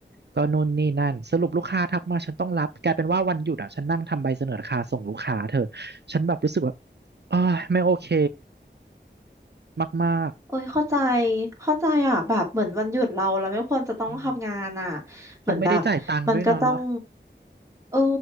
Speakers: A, on the right; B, on the right.
A: ก็นู่นนี่นั่น สรุปลูกค้าทักมาฉันต้องรับกลายเป็นว่าวันหยุดอะฉันนั่งทำใบเสนอราคาส่งลูกค้าเธอฉันแบบรู้สึกแบบอ้ายไม่โอเคมาก
B: โอ้ยเข้าใจเข้าใจอ่ะแบบเหมือนวันหยุดเราเราไม่ควรจะต้องทำงานอ่ะ
A: ๆอืมเขาไม่ได้จ่ายตังค์ด้วยเนาะ
B: เหมือนแบบมันก็ต้อง เออ